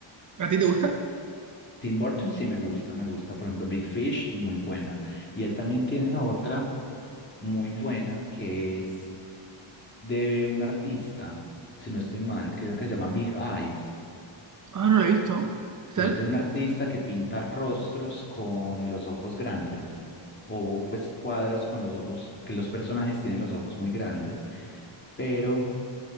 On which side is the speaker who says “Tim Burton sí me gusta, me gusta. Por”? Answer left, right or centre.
Left